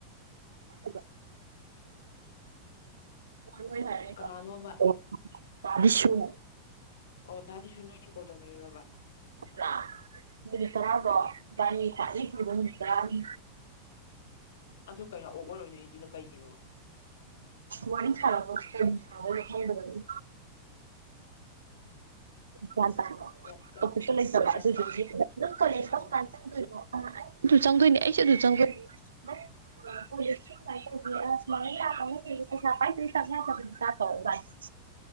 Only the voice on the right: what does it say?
<unintelligible> ꯍꯣꯏ ꯍꯣꯏ ꯍꯥꯏꯔꯛꯏꯕ
<unintelligible>
ꯥ ꯅꯨꯃꯤꯠ ꯇꯔꯥꯗꯣ ꯏꯕꯅꯤꯒꯤ ꯈꯋꯥꯏꯗꯒꯤ ꯀꯤꯕ ꯅꯨꯃꯤ ꯇꯥꯅꯤ
ꯋꯥꯔꯤ ꯁꯥꯅꯕ ꯀꯔꯤ ꯁꯥꯅꯗꯣꯏꯅꯣ ꯈꯪꯗꯕꯒꯤ ꯒ꯭ꯌꯥꯟ ꯇꯥꯕ꯭ꯔ
ꯇꯣꯄꯤꯛꯁꯨ ꯂꯩꯇꯕ
ꯑꯗꯨꯗꯨꯒꯤ
ꯅꯪ ꯀꯔꯤ ꯀꯔꯝꯀꯥꯟ
ꯆꯪꯗꯣꯏꯅꯣ ꯑꯗꯨꯁꯨ ꯑꯗꯨꯗꯥ ꯆꯪꯗꯣꯏꯅꯤ ꯑꯩꯁꯨ ꯑꯗꯨꯗꯨ ꯆꯪꯗꯣꯏꯅꯤ <unintelligible>